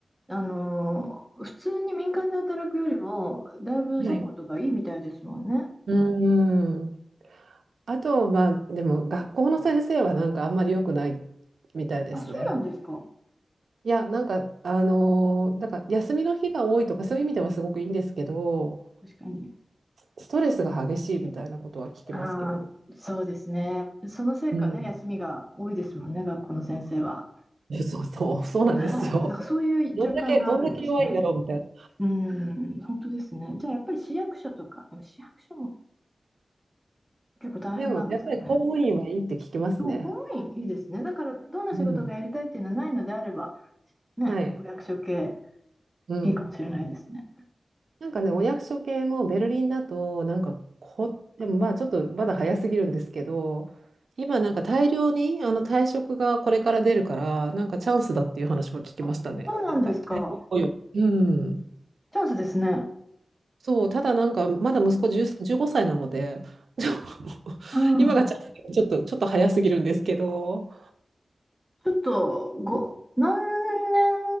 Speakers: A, in the centre; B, on the right (about 90°).
A: あのー普通に民間で働くよりも、だいぶサポートがいいみたいですもんね。
B: はい。うん。あと、まあ、でも学校の先生はなんかあんまり良くないみたいですね。
A: あ、そうなんですか。
B: いや、なんか、あのーなんか休みの日が多いとかそういう意味ではすごくいいんですけど、
A: 確かに。
B: ストレスが激しいみたいなことは聞きますけど、
A: ああ、そうですね。そのせいかね、
B: うん、
A: 休みが多いですもんね、学校の先生は。
B: <laughs> えそうそう、そうなんですよ。
A: ねえ、だからそういう循環があるんですね。
B: どんだけ、どんだけ弱いんだろうみたいな。
A: うん、本当ですね。じゃあやっぱり市役所とか、市役所も結構大変なんですかね。
B: <laughs> でも、やっぱり公務員はいいって聞きますね。
A: そう、公務員いいですね。だからどんな仕事がやりたいっていうのはないのであれば、
B: うん。
A: ね、
B: はい。
A: お役所系
B: うん。
A: いいかもしれないですね。
B: なんかね、お役所系もベルリンだと、なんかこ、でもまあちょっとまだ早すぎるんですけど、今なんか大量にあの退職がこれから出るから、なんかチャンスだっていう話も聞きましたね。
A: あ、そうなんですか。
B: なんか、うん。
A: チャンスですね。
B: そう、ただなんか、まだ息子10、15歳なので、ちょ <laughs>
A: うん。
B: 今がチャンスちょっと、ちょっと早すぎるんですけど、
A: ちょっとご、何年